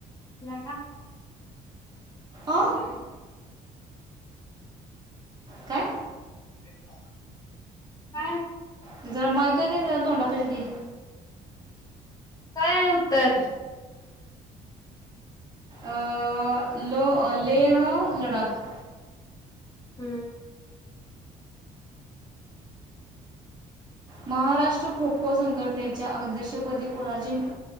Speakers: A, on the left (about 25°); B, on the right (about 25°).
A: लडाख.
B: अ
A: जर
B: काय
A: <unintelligible> काय <unintelligible>
B: तुझा माईक हाय काय कनी तोंडापशी घे.
A: काय आहे उत्तर.
B: अ लो. लेह लडाख.
A: हम्म.
B: महाराष्ट्र खो खो संघटनेच्या अध्यक्षपदी कोणाचे